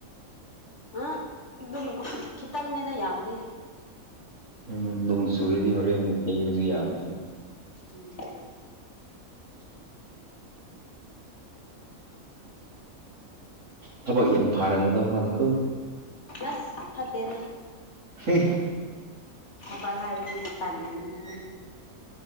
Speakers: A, on the left (about 55°); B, on the right (about 60°).
A: ꯑ ꯑꯗꯨꯝ ꯈꯤꯇꯪꯅꯦꯗ ꯌꯥꯝꯗꯦ
B: ꯎꯝ ꯅꯣꯡ ꯆꯨꯔꯗꯤ ꯍꯣꯔꯦꯟ ꯃꯨꯛ ꯐꯦꯡꯕꯖꯨ ꯌꯥꯕꯗꯨ
A: ꯎꯝ
B: ꯊꯕꯛ ꯌꯥꯝ ꯐꯥꯔꯝꯒꯗꯧ ꯃꯥꯂꯦꯀꯣ
A: ꯑꯁ ꯐꯠꯇꯦꯗ
B: ꯍꯦ
A: ꯊꯥꯕꯛ ꯍꯥꯏꯕꯗꯤ ꯇꯟꯕꯅꯦ <unintelligible>